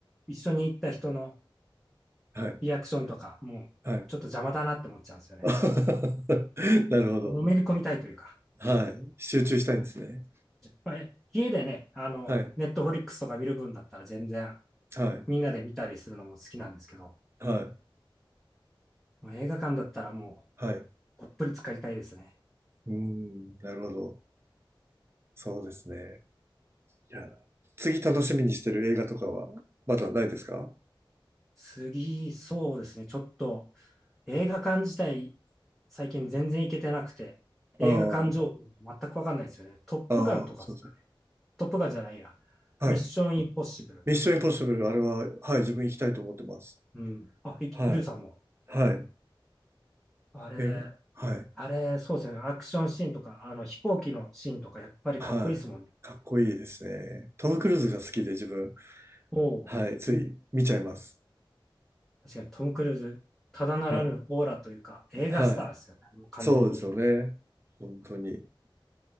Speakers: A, in the centre; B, on the right.
A: 一緒に行った人の
B: はい、
A: リアクションとか、もう、
B: はい。
A: ちょっと邪魔だなって思っちゃうんですよね。
B: <laughs> なるほど。
A: のめり込みたいというか。
B: はい。集中したいんですね。
A: まあ家でね、あの、
B: はい、
A: ネットフリックスとか見る分だったら全然
B: はい、
A: みんなで見たりするのも好きなんですけど、
B: はい、
A: もう映画館だったらも
B: はい。う
A: うほっぷり浸かりたいですね。
B: ーん、なるほど。そうですね。いや、次楽しみにしてる映画とかはまだないですか
A: 次、そうですね。ちょっと映画館自体、最近全然行けてなくて、映画館情報全くわかんないですよね。
B: ああ、
A: トップガンとかですかね。
B: ああ、そうそう。
A: トップガンじゃないや。
B: はい。
A: ミッションインポッシブル。
B: ミッションインポッシブル、あれは、はい、自分行きたいと思ってます。
A: うん。あ、いイルさんも。
B: はい、はい、
A: あれ、
B: え、はい、
A: あれ、そうですね。アクションシーンとか、あの飛行機のシーンとか、やっぱりかっこいいですもんね。
B: はい。かっこいいですね。トム・クルーズが好きで自分、
A: おお
B: はい、つい見ちゃいます。
A: 確かにトム・クルーズ、ただならぬオーラというか、
B: はい、
A: 映画スターですよね。
B: はい。
A: 完全に。
B: そうですよね。本当に。